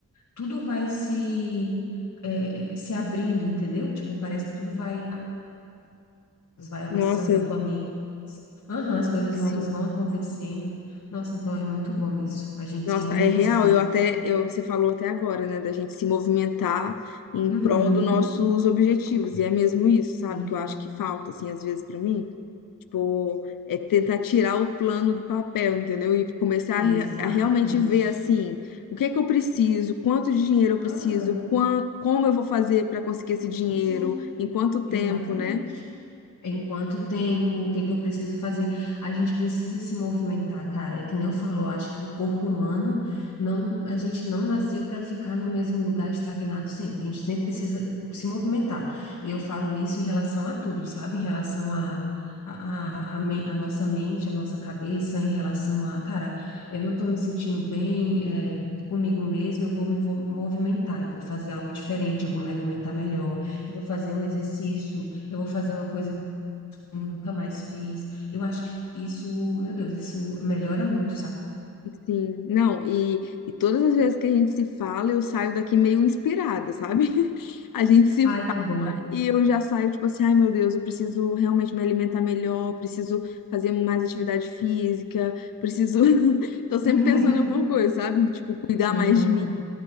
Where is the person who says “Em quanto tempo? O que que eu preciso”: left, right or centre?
Left